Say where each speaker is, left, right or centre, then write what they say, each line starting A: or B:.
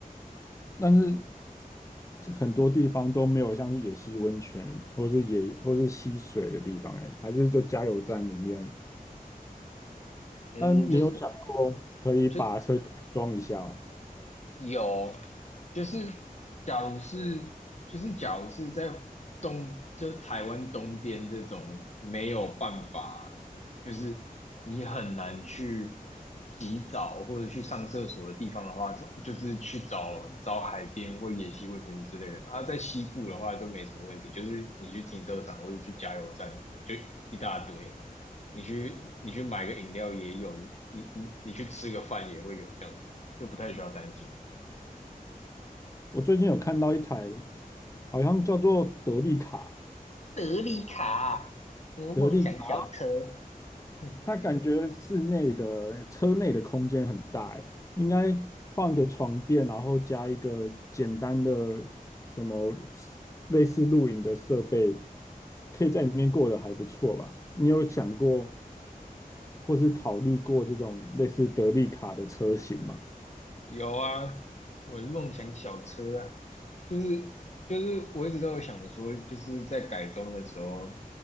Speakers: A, on the left; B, on the left.
A: 但是这很多地方都没有像是野溪温泉，或是野或是溪水的地方、欸哎，还是就加油站里面。
B: 嗯，
A: 但你有想过可以把车改装一下吗？
B: 就是就有，就是假如是，就是假如是在东，就是台湾东边这种没有办法，就是你很难去洗澡或者去上厕所的地方的话，就是去找找海边或野溪温泉之类的。啊，在西部的话都没什么问题，就是你去停车场或者去加油站，就一大堆。你去你去买个饮料也有，你你你去吃个饭也会有这样的，就不太需要担心。
A: 我最近有看到一台，好像叫做德利卡，
B: 德利卡，和梦想小车，
A: 德利卡，
B: 嗯
A: 它感觉室内的车内的空间很大，欸应该放个床垫，然后加一个简单的什么类似露营的设备，可以在里面过得还不错吧？你有想过或是考虑过这种类似德利卡的车型吗？
B: 有啊，我的梦想小车啊，就是就是我一直都有想说，就是在改装的时候，